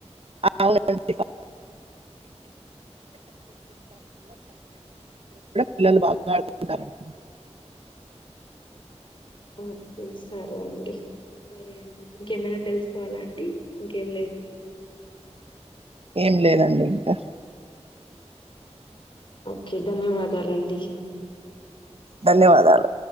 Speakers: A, on the right; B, on the left.
A: అవునండి <inaudible> పిల్లలు బాగా ఆడుకుంటారు అండి
B: ఓకే సరే అండి సరే అండి ఇంకేమైనా తెలుసుకోవాలా అండి ఇంకేం లేద్
A: ఏం లేదండి ఇంకా
B: ఓకే ధన్యవాదాలండి
A: ధన్యవాదాలు